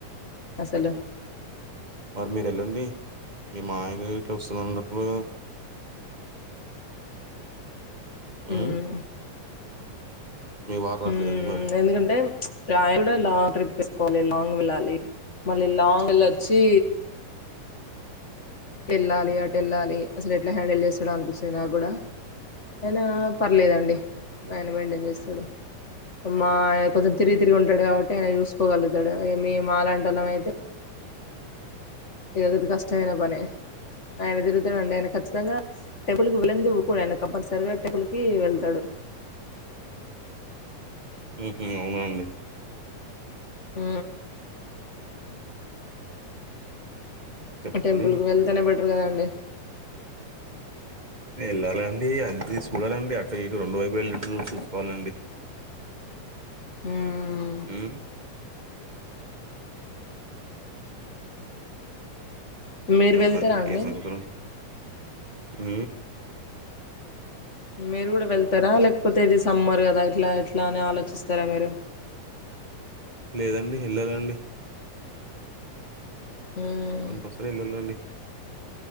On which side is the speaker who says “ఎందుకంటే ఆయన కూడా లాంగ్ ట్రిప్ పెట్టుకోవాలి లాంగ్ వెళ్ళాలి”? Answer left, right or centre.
Left